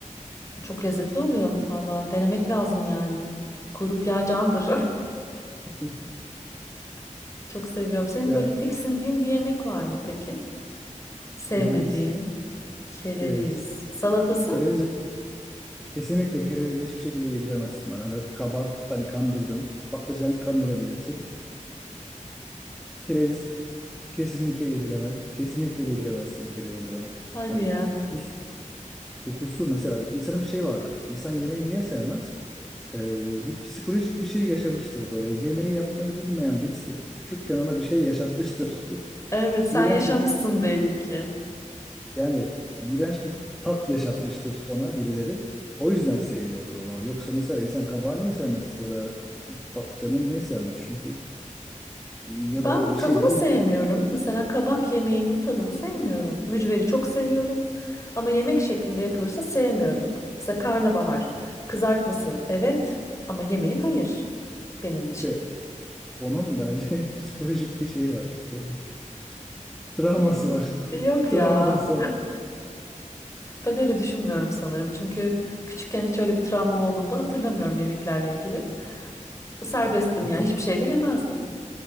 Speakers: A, on the left (about 25°); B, in the centre.
A: Çok lezzetli oluyor.
B: Anladım.
A: Valla denemek lazım yani. Kuyruk yağı candır.
B: <laughs>
A: <laughs> Çok seviyorum. Senin
B: Ya
A: böyle tiksindiğin bir yemek var mı peki? Sevmediğin
B: kereviz,
A: kereviz
B: kereviz.
A: salatası?
B: Kereviz Kesinlikle kerevizi hiçbir şekilde yediremezsin bana. Hani kabak hani kandırdın. Patlıcan kandırabilirsin. Kereviz kesinlikle yediremez. Kesinlikle yediremezsin kerevizi bana.
A: Hadi
B: Hani
A: ya.
B: kokusu kokusu mesela bir insanın bir şey vardır. İnsan yemeği niye sevmez? Ee, bir psikolojik bir şey yaşamıştır böyle. Yemeği yapmayı bilmeyen birisi küçükken ona bir şey yaşatmıştır.
A: Evet,
B: <laughs>
A: sen
B: İğrenç
A: yaşamışsın
B: bir
A: belli ki.
B: Yani iğrenç bir tat yaşatmıştır ona birileri. O yüzden sevmiyordur onu. Yoksa mesela insan kabağı niye sevmez ya da patlıcanı niye sevmez? Çünkü ya
A: Ben
B: da
A: tadını
B: bir şeyleri
A: sevmiyorum.
B: niye?
A: Mesela kabak yemeğinin tadını sevmiyorum. Mücveri çok seviyorum. Ama yemek şeklinde yapılırsa sevmiyorum. Mesela karnabahar, kızartması evet ama yemeği hayır benim için.
B: İşte onun bence <laughs> psikolojik bir şeyi var. Ee, Bir travması
A: Y-
B: var.
A: Yok
B: Bir travmadan
A: ya.
B: sonra
A: Ben öyle düşünmüyorum sanırım. Çünkü küçükken hiç öyle bir travmam olduğunu da hatırlamıyorum yemeklerle ilgili. Serbesttim
B: ya, hatır
A: yani hiçbir şey de yemezdim.